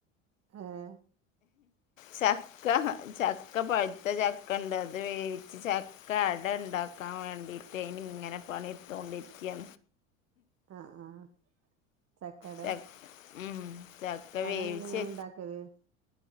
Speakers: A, on the right (about 40°); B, on the left (about 85°).
A: ആഹ്
B: ചക്ക ചക്ക പഴുത്ത ചക്കണ്ട് അത് വേവിച്ച് ച അട ണ്ടാക്കാൻ വേണ്ടിട്ട് ഇനി ഇങ്ങനെ പണിയെടുത്തോണ്ടിരിക്കാ
A: ആഹ് ആഹ് ചക്കടേ
B: ച ഉം ചക്ക
A: അതെങ്ങനെ
B: വേവിച്ച്
A: ങ്ങൾണ്ടാക് ക് <unintelligible>